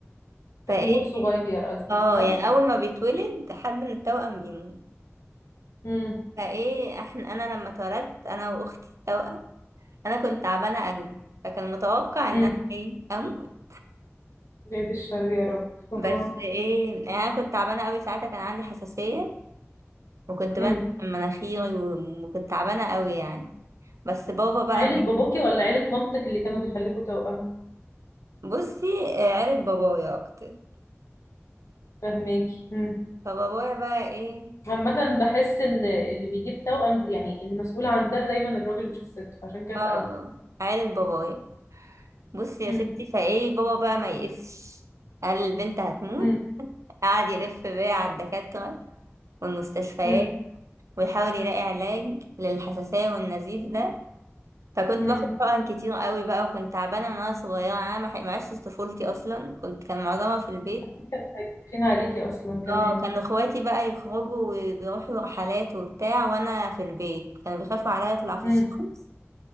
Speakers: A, on the right; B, on the left.
A: فايه
B: يموت صغير قصدك
A: اه
B: صح
A: يعني اول ما بيتولد حد من التوأم بيموت
B: م-م.
A: فايه احنا انا لما اتولدت انا واختي التوأم انا كنت تعبانه قوي فكان متوقع
B: م-م.
A: ان انا ايه اموت
B: بعيد الشر يا رب آه.
A: بس ايه يعني انا كنت تعبانه قوي ساعتها كان عندي حساسيه وكنت
B: م.
A: بنزل من مناخيري و- وكنت تعبانة قوي يعني بس بابا بقى
B: عيله باباكي ولا عيله مامتك اللي كانوا بيخلفوا توأم
A: بصي آه، عيلة بابايا أكتر
B: فهماكي م.
A: فبابايا بقى إيه
B: عامة بحس ان اللي بيجيب توأم يعني المسؤول عن ده دايما الراجل مش الست فعشان كده
A: اه
B: سألتك
A: عيلة بابايا بصي
B: م.
A: يا ستي فإيه بابا بقى ما يقسش قال البنت هتموت
B: م.
A: قعد يلف بيا على الدكاترة والمستشفيات
B: م.
A: ويحاول يلاقي علاج للحساسية والنزيف ده فكنت
B: م.
A: باخد حقن كتير قوي بقى وكنت تعبانة من وأنا صغيرة أنا ما ح- ما عشتش طفولتي أصلا كنت كان معظمها في البيت
B: اكيد كانوا خايفين عليكي اصلا كمان
A: اه كانوا اخواتي بقى يخرجوا ويروحوا رحلات وبتاع وانا في البيت كانوا بيخافوا عليا اطلع في
B: م.
A: الشمس